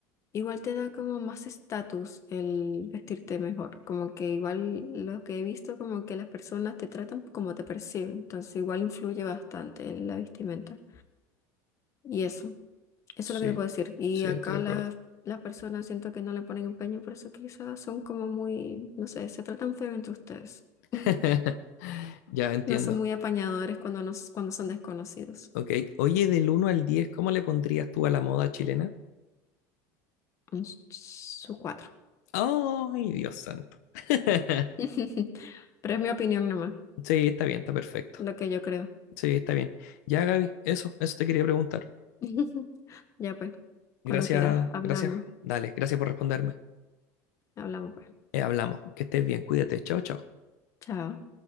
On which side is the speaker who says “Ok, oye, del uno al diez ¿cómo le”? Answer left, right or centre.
Left